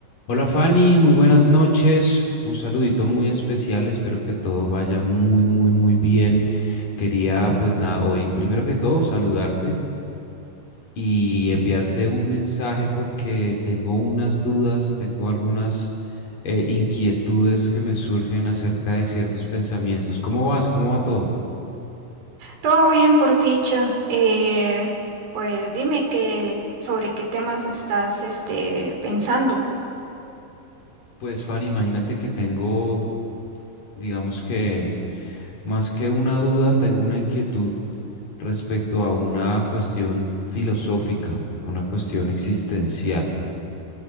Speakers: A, on the left; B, on the right.
A: Hola Fanny, muy buenas noches. Un saludito muy especial. Espero que todo vaya muy, muy, muy bien. Quería, pues nada, hoy primero que todo saludarte y enviarte un mensaje porque tengo unas dudas, tengo algunas eh, inquietudes que me surgen acerca de ciertos pensamientos. ¿Cómo vas? ¿Cómo va todo?
B: Todo bien por dicha. Eh, pues dime que sobre qué temas estás este, pensando.
A: Pues, Fanny, imagínate que tengo, digamos que más que una duda, tengo una inquietud respecto a una cuestión filosófica, a una cuestión existencial.